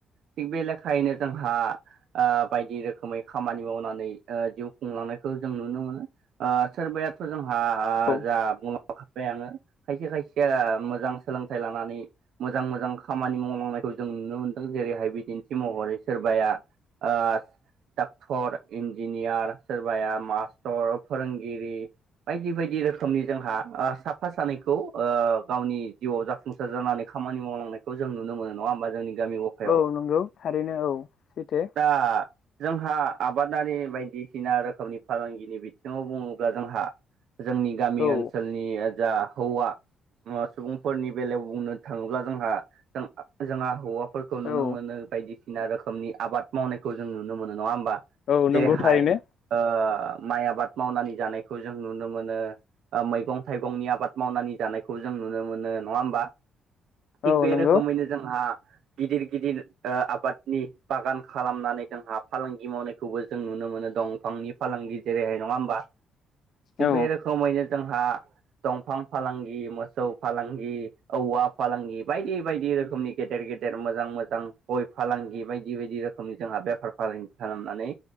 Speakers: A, on the right; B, on the left.
A: थिग बे लेखायैनो जोंहा ओ बायदि रोखोमै खामानि मावनानै ओ जिउ खुंलांनायखौ जों नुनो मोनो ओ सोरबायाथ' जों हा आ
B: औ
A: जा बु <unintelligible> <unintelligible> आङो खायसे खायसेया मोजां सोलोंथाइ लानानै मोजां मोजां खामानि मावलांनायखौ जों नुनो मोनदों जेरैहाय बिदिन्थि महरै सोरबाया ओस डाक्थर इन्जिनियार सोरबाया मास्टर फोरोंगिरि। बायदि बायदि रोखोमनि जोंहा <unintelligible> साफा सानैख खौ ओ गावनि जिउआव जाफुंसार जानानै खामानि मावलांनायखौ जों नुनो मोनो नङा होमबा जोंनि गामि गफायाव
B: औ नंगौ थारैनो औ सैथो।
A: दा जोंहा आबादारि बायदिसिना रोखोमनि फालांगिनि बिथिङाव बुङोब्ला जोंहा जोंनि गामि
B: औ
A: ओनसोलनि ओ जा हौवा <unintelligible> सुबुंफोरनि बेलायाव बुंनो थाङोब्ला जोंहा जों आ जोंङा हौवाफोरखौ नुनो
B: औ
A: मोनो। बायदिसिना रोखोमनि आबाद मावनायखौ जों नुनो मोनो नङा होमबा
B: औ
A: जेरैहाय
B: नंगौ थारैनो
A: ओ ओ माइ आबाद मावनानै जानायखौ जों नुनो मोनो। ओ मैगं थाइगंनि आबाद मावनानै जानायखौ जों नुनो मोनो नङा होमबा? थिग
B: औ
A: बे
B: नंगौ
A: रोखोमैनो जोंहा गिदिर गिदिर ओ आबादनि बागान खालामनानै जोंहा फालांगि मावनायखौबो जों नुनो मोनो दंफांनि फालां गि जेरैहाय नङा होमबा थिग
B: औ
A: बे रोखोमैनो जोंहा दंफां फालांगि मोसौ फालांगि औवा फालांगि बायदि बायदि रोखोमनि गेदेर <unintelligible> गेदेर मोजां मोजां गय फालांगि बायदि बायदि रोखोमनि जोंहा बेफार फालांगि खालामनानै